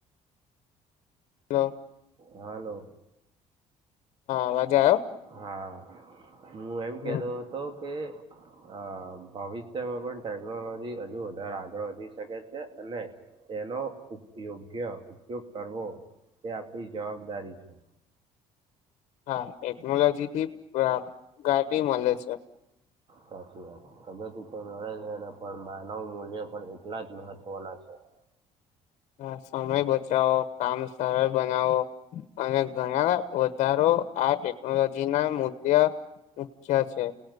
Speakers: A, on the left; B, on the right.
A: હલો.
B: હાલો.
A: અવાજ આવ્યો
B: હા હું એમ
A: હમ
B: કેતો હતો કે અ ભવિષ્યમાં પણ ટેકનોલોજી હજુ વધારે આગળ વધી શકે છે અને તેનો ઉપયોગ્ય ઉપયોગ કરવો તે આપડી જવાબદારી છે.
A: હા ટેક્નોલોજી થી પ પ્રઘાટી મળે છે.
B: સાચી વાત પ્રગતિ તો મળે છે ને પણ માનવ મૂલ્ય પણ એટલા જ મહત્વના છે. <inaudible>
A: હ સમય બચાવો કામ સરળ બનાવો અને ઘણા વધારો આ ટેકનોલોજી ના મુલ્ય મુખ્ય છે.